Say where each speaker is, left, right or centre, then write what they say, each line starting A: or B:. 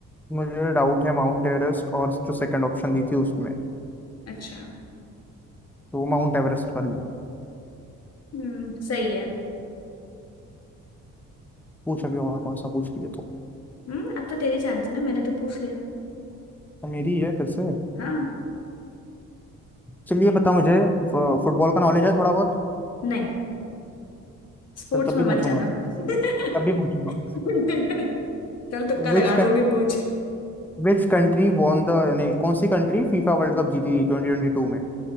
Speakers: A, in the centre; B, on the left.
A: मुझे डाउट है माउंट एवरेस्ट और जो सेकंड ऑप्शन दी थी उसमें
B: अच्छा
A: तो माउंट एवरेस्ट कर लो
B: हम्म सही है
A: पूछ अभी और कौन सा पूछ लिए तो
B: हम्म अब तो तेरी चांस है ना मैंने तो पूछ लिया
A: तो मेरी है फिर से
B: हाँ
A: चलिए बता मुझे फुटबॉल का नॉलेज है थोड़ा बहुत
B: नहीं स्पोर्ट्स
A: चल तब
B: में
A: भी
B: मत
A: पूछूंगा
B: जाना <laughs>
A: तब भी पूछूंगा
B: चल तुक्का लगा
A: Which
B: दूंगी पूछ
A: which country won the यानी कौन सी कंट्री फीफा वर्ल्ड कप जीती थी ट्वेंटी ट्वेंटी टू में